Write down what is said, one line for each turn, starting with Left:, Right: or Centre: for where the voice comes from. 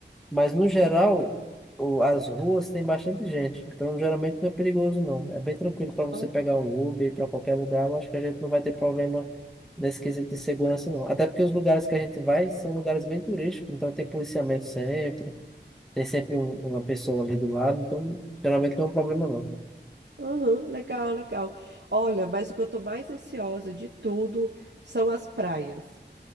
Centre: Mas no geral, o- as ruas tem bastante gente. Então geralmente não é perigoso, não. É bem tranquilo para você
Right: Ah,
Centre: pegar um Uber para qualquer lugar. Eu acho que a gente não vai ter problema nesse quesito de segurança, não. Até porque os lugares que a gente vai são lugares bem turísticos, então tem policiamento sempre. Tem sempre um- uma pessoa ali do lado, então geralmente não é um problema, não.
Right: Aham, legal, legal. Olha, mas o que eu tô mais ansiosa de tudo são as praias.